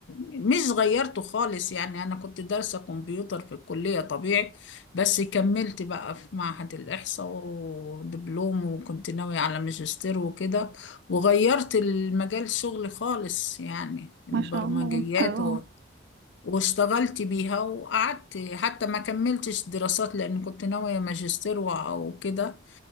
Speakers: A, on the left (about 70°); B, on the right (about 55°).
A: مش غيرته خالص يعني انا كنت دارسة كمبيوتر في الكلية طبيعي بس كملت بقى في معهد الإحصاء ودبلوم وكنت ناوية على ماجستير وكده وغيرت المجال شغلي خالص يعني البرمجيات
B: ما شاء الله اه
A: واشتغلت بيها وقعدت حتى ما كملتش دراسات لأن كنت ناوية ماجستير و- أو كده